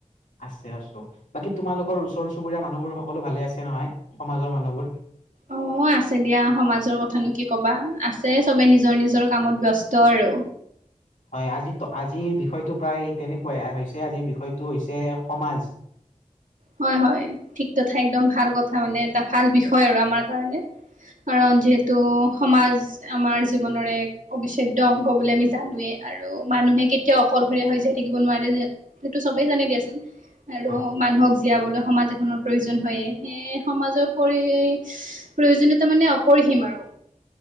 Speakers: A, on the left; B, on the right.
A: আছে আছো, বাকী তোমালোকৰ ওচৰ চুবুৰীয়া মানুহবোৰ সকলো ভালে আছে নহয় সমাজৰ মানুহবোৰ?
B: অ'। আছে দিয়া, সমাজৰ কথানো কি ক'বা, আছে চবে নিজৰ নিজৰ কামত ব্যস্ত আৰু।
A: হয়, আজি আজিৰ বিষয়টো প্ৰায় তেনেকুৱাই হৈছে, আজিৰ বিষয়টো হৈছে সমাজ।
B: হয়, হয়, ঠিক তথা একদম ভাল কথা মানে এটা ভাল বিষয় আৰু আমাৰ কাৰণে। কাৰণ যিহেতু সমাজ আমাৰ জীৱনৰ এক অবিচ্ছেদ্য অংগ বুলি আমি জানোৱেই আৰু মানুহে কেতিয়াও অকলশৰীয়া হৈ যায় থাকিব নোৱাৰে যে সেইটো চবেই জানে দিয়াচোন আৰু
A: হয়
B: মানুহক জীয়াবলৈ সমাজ এখনৰ প্ৰয়োজন হয়েই, সেয়ে সমাজৰ পৰি প্ৰয়োজনীয়তা মানে অপৰিসীম আৰু।